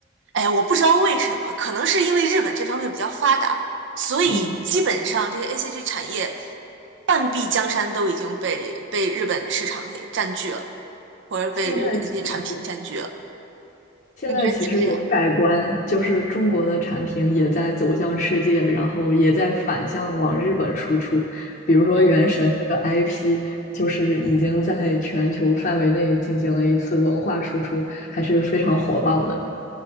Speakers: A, on the right; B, on the left.
A: 哎，我不知道为什么，可能是因为日本这方面比较发达，所以基本上这些
B: 嗯，
A: ACG 产业半壁江山都已经被被日本市场给占据了，或者被日本的这些产品占据了。
B: 现在其实现在其实有改观，
A: 你觉得是这样？
B: 就是中国的产品也在走向世界，然后也在反向往日本输出。比如说《原神》这个
A: 嗯。
B: IP，就是已经在全球范围内进行了一次文化输出，还是非常火爆的。